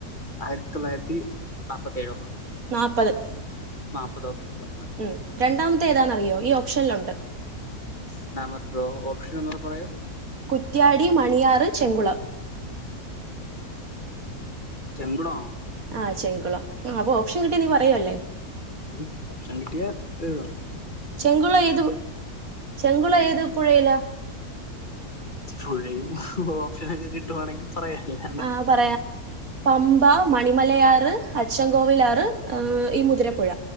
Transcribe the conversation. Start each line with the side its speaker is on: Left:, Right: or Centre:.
Left: ആയിരത്തി തൊള്ളായിരത്തി നാപ്പത്തേഴോ
Right: നാപ്പത്
Left: ന്നാപ്പത് ഓക്കെ <unintelligible>
Right: ഉം രണ്ടാമത്തെ ഏതാന്നറിയോ ഈ ഓപ്ഷനിലുണ്ട്
Left: ണ്ടാമത്തതോ ഓപ്ഷൻ ഒന്നൂടെ പറയ്
Right: കുറ്റ്യാടി, മണിയാറ്, ചെങ്കുളം
Left: ചെങ്കുളമാണോ
Right: ആ ചെങ്കുളം ആ അപ്പൊ ഓപ്ഷൻ കിട്ടിയാ നീ പറയുവല്ലേ
Left: ഉം ഓപ്ഷൻ കിട്ടിയാ എഴുതാം
Right: ചെങ്കുള ഏത് ചെങ്കുള ഏത് പുഴയിലാ
Left: പുഴയും ഓപ്ഷനക്കെ കിട്ടുവാണെങ്കിൽ പറയാ അല്ല
Right: ആ അത് പറയാം പമ്പ, മണിമലയാറ്, അച്ചൻകോവിലാറ്, ഈ മുതിരപ്പുഴ.